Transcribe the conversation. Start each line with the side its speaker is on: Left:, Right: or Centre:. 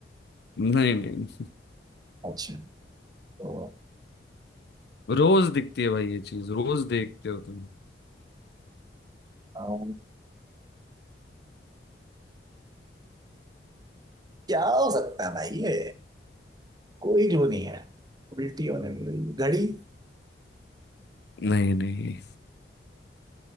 Left: नहीं नहीं
Right: अच्छा तो
Left: रोज दिखती है भाई ये चीज रोज देखते हो तुम
Right: अम, क्या हो सकता है भाई ये कोई क्लू नहीं है उल्टी होने वाली घड़ी
Left: नहीं नहीं